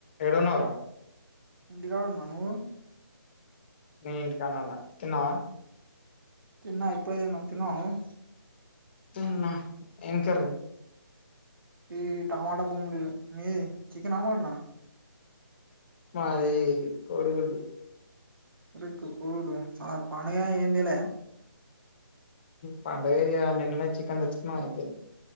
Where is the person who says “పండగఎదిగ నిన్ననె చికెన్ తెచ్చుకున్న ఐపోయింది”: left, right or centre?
Left